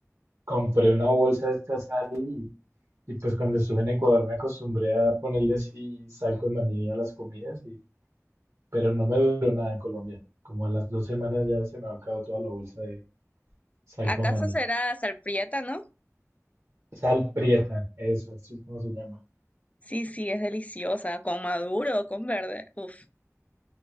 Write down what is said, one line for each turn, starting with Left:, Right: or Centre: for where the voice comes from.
Right: compré una bolsa de esta sal y, y pues cuando estuve en Ecuador me acostumbré a ponerle así sal con maní a las comidas, y, pero no me duró nada en Colombia. Como a las dos semanas ya se me ha acabado toda la bolsa de sal
Left: ¿Acaso
Right: con maní.
Left: será salprieta, no?
Right: Sal prieta, eso, así es como se llama.
Left: Sí, sí, es deliciosa, con maduro o con verde. Uf,